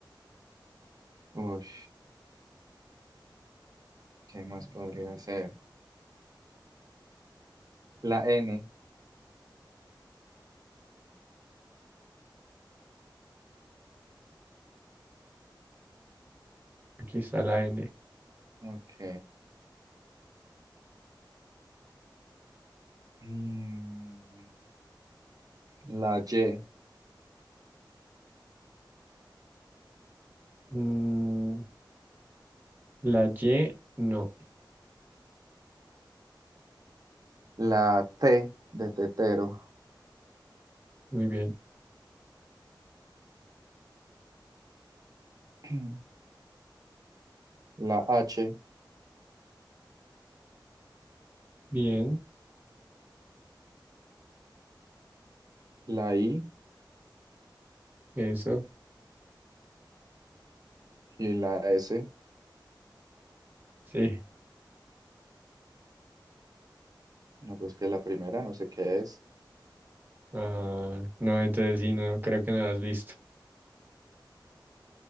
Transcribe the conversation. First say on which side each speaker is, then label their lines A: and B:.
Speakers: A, on the right; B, on the right.
A: Uy, ¿qué más podría ser? La N.
B: Aquí está la N.
A: Ok. Mm, la Y.
B: Mm, la Y, no.
A: La T de tetero.
B: Muy bien.
A: <clears throat> La H.
B: Bien,
A: La I.
B: eso.
A: Y la S.
B: Sí.
A: No, pues que la primera, no sé qué es.
B: Ah, no, entonces sí, no, creo que no la has visto.